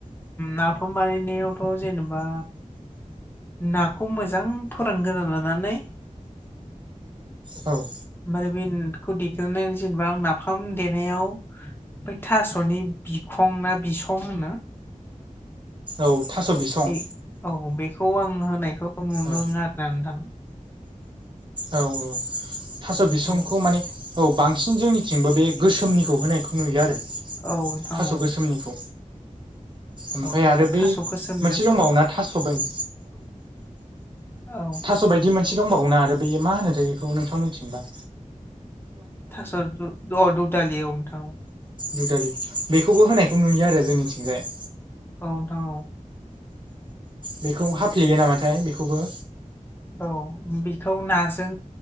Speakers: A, on the left; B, on the right.
A: नाफाम बानायनायावथ' जेनेबा नाखौ मोजां फोरान गोरना लानानै
B: औ
A: आरो <inaudible> देग्रोनानै जेनेबा नाफाम देनायाव बै थास'नि बिखं ना बिसं होनो
B: औ थास' बिसं
A: बे औ बेखौ आं होनायखौ नुदों
B: औ
A: आरोना नोंथां
B: औ औ थास' बिसंखौ
A: औ
B: माने औ बांसिन जोंनिथिंबो बे गोसोमनिखौ होनायखौ नुयो आरो
A: औ नोंथां
B: थास'
A: औ
B: गोसोमनिखौ ओमफ्राय
A: औ
B: आरो बै
A: थास' गोसोमजों
B: मोनसे दंबावो ना थास' बायऔ
A: औ
B: थास' बायदि मोनसे दंबावो ना आरो बेयो मा होनोथाय बेखौ नोंथां मोनथिगोन दां?
A: थास' द दौदालि औ नोंथां
B: दुदालि बेखौबो होनायखौ नुयो आरो जोंनिथिंजाय
A: औ नोंथां औ
B: बेखौ हाफ्लेयो नामाथाय बेखौबो?
A: औ बेखौ नाजों